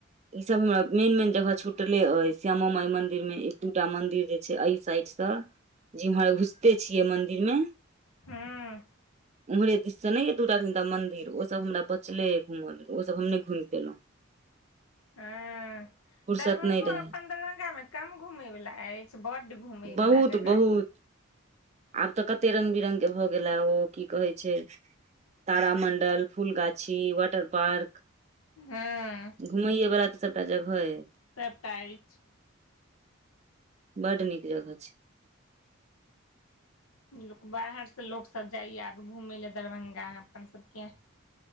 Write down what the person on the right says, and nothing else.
ई सब हमरा मेन मेन जगह छुटले अछि श्यामा माई मंदिर मे एक दूटा मंदिर जे छै अय साइड स जिम्हर घूस के छियै मन्दिरमे
ओम्हरे दिससँ नहि ने यऽ दू टा तीनटा मंन्दिर ओसभ हमरा बचले य घूमय लेल ओसभ हम नहि घुमि पे अयलहुँ
फुर्सत
नहि रहै
बहुत
बहुत आब तऽ कते रंग बिरंगग के भऽ गेलै ओ की कहै छै तारा मण्डल फूलगाछी वाटर पार्क
घुमैये बला तऽ सभटा जगह हइ
बड नीक जगह छै